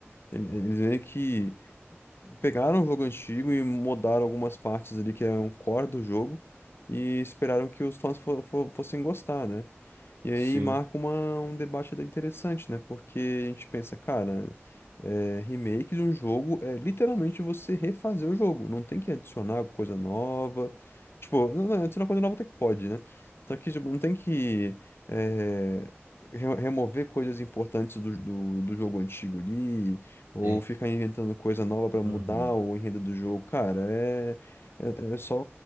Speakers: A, on the left; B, on the right.
A: ele- Eles meio que pegaram o jogo antigo e mudaram algumas partes ali que é um core do jogo e esperaram que os fãs fo- fo- fossem gostar, né? E aí
B: Sim,
A: marca uma, um debate até interessante, né? Porque a gente pensa, cara, é, remake de um jogo é literalmente você refazer o jogo. Não tem que adicionar coisa nova. Tipo, não, não, adicionar coisa nova até que pode, né? Só que tipo, não tem que é, re- remover coisas importantes do, do, do jogo antigo ali, ou
B: sim.
A: ficar inventando coisa nova pra mudar
B: Uhum.
A: o enredo do jogo. Cara, é. É é só